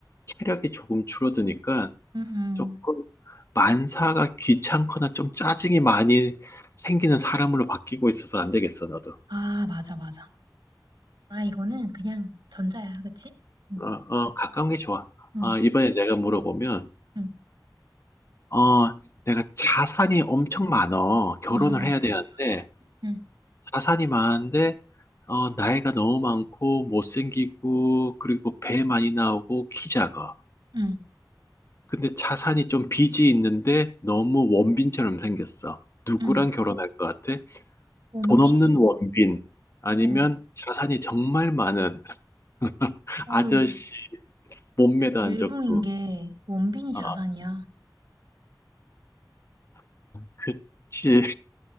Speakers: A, on the left; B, on the right.
A: 체력이 조금 줄어드니까
B: 음음.
A: 조금 만사가 귀찮거나 좀 짜증이 많이 생기는 사람으로 바뀌고 있어서 안 되겠어, 나도.
B: 아, 맞아 맞아. 아, 이거는 그냥 전자야. 그치? 응
A: 어, 어, 가까운 게 좋아.
B: 응
A: 아, 이번에 내가 물어보면,
B: 응
A: 어, 내가 자산이 엄청 많어. 결혼을
B: 응
A: 해야 되는데,
B: 응
A: 자산이 많은데, 어, 나이가 너무 많고, 못생기고, 그리고 배 많이 나오고, 키 작아.
B: 응
A: 근데 자산이 좀 빚이 있는데, 너무 원빈처럼 생겼어. 누구랑
B: 응.
A: 결혼할 것 같아?
B: 원빈인,
A: 돈 없는 원빈. 아니면
B: 어,
A: 자산이 정말 많은 <laughs>
B: 어,
A: 아저씨,
B: 이거,
A: 몸매도
B: 이거
A: 안
B: 벨붕인
A: 좋고.
B: 게 원빈이 자산이야.
A: 아, 그치.